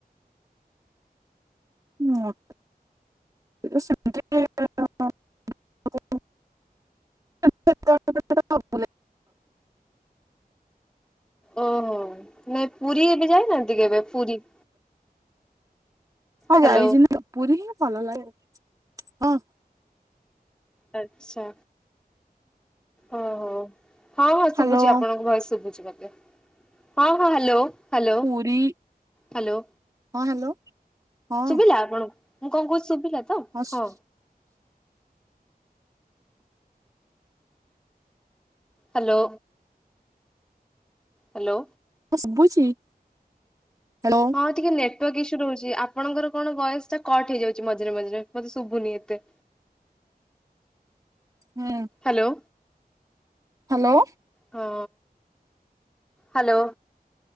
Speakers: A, on the right; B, in the centre.
A: <inaudible> <unintelligible>
B: ଓହୋ ନାଇଁ ପୁରୀ ଏବେ ଯାଉନାହାଁନ୍ତି କି ଏବେ ପୁରୀ?
A: ହଁ
B: ହ୍ୟାଲୋ।
A: ଯାଇଚି ନା ପୁରୀ ହିଁ ଭଲ ଲାଗେ ହଁ।
B: ଆଚ୍ଛା ଓ ହୋ। ହଁ ହଁ
A: ହ୍ୟାଲୋ
B: ଶୁଭୁଚି ଆପଣଙ୍କ ଭୟସ ଶୁଭୁଛିଊ ମତେ ହଁ ହଁ ହାଲୋ। ହାଲୋ
A: ପୁରୀ
B: ହାଲୋ
A: ହଁ ହ୍ୟାଲୋ ହଁ
B: ସୁଭିଲା ଆପଣଙ୍କୁ? ମୁଁ କଁ କହୁଚି ଶୁଭିଲା? ତ
A: ହସ୍।
B: ହଁ ହ୍ୟାଲୋ? ହ୍ୟାଲୋ।
A: ମୁଁ ଶୁଭୁଛି <unintelligible>
B: ହଁ ଟିକେ ନେଟୱାର୍କ ଇସ୍ୟୁ ରହୁଛି। ଆପଣଙ୍କର କଣ ଭୟସ ଟା କଟ୍ ହେଇଯାଉଛି ମଝରେ ମଝରେ ମତେ ଶୁଭୁନି ଏତେ।
A: ହୁଁ।
B: ହ୍ୟାଲୋ।
A: ହ୍ୟାଲୋ।
B: ହଁ ହ୍ୟାଲୋ।